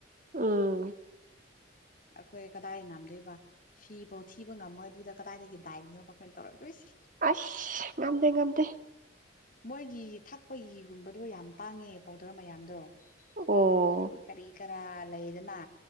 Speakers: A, on the right (about 45°); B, on the left (about 45°).
A: ꯎꯝ
B: ꯑꯩꯈꯣꯏ ꯀꯗꯥꯏ ꯉꯝꯗꯣꯏꯕ ꯐꯤꯐꯧ ꯊꯤꯕ ꯉꯝꯃꯣꯏ ꯑꯗꯨꯗ ꯀꯗꯥꯏꯗꯒꯤ ꯗꯥꯏꯠꯅꯣꯕ ꯑꯩꯈꯣꯏꯅ ꯇꯧꯔꯛꯇꯣꯏꯁꯤ
A: ꯑꯁ ꯉꯝꯗ ꯉꯝꯗ
B: ꯃꯣꯏꯒꯤ ꯊꯛꯄꯒꯤꯒꯨꯝꯕꯗꯣ ꯌꯥꯝ ꯇꯥꯡꯉꯦ ꯄꯥꯎꯗꯔ ꯃꯌꯥꯝꯗꯣ
A: ꯑꯣ
B: ꯄ꯭ꯔꯣꯇꯤꯟ ꯀꯔꯤ ꯀꯔꯥ ꯂꯩꯗꯅ